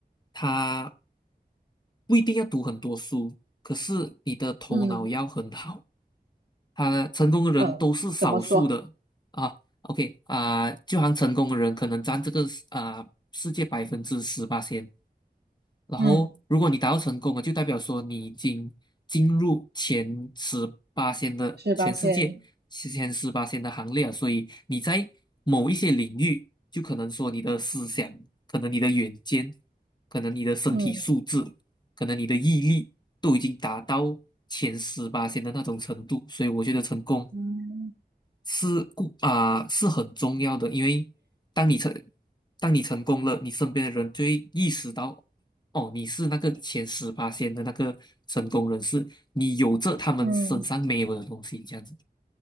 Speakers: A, on the left (about 25°); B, on the right (about 75°).
A: 他。不一定要读很多书，可是你的头脑要很好。
B: 嗯
A: 他成功的人都是少数的啊。
B: 呃，怎么说？
A: OK 啊、就好像成功的人可能占这个啊、世界百分之十八先，然后如果你达到成功了，
B: 嗯，
A: 就代表说你已经进入前十八线的全世界前十八线的行列了。
B: 十八线，
A: 所以你在某一些领域，就可能说你的思想，可能你的远见，可能你的身体素质，
B: 嗯
A: 可能你的毅力，都已经达到前十八线的那种程度。所以我觉得成功
B: 嗯。
A: 是故啊、是很重要的，因为当你成当你成功了，你身边的人就会意识到，哦，你是那个前十八线的那个成功人士，你有着他们身上没有的东西，
B: 嗯。
A: 这样子。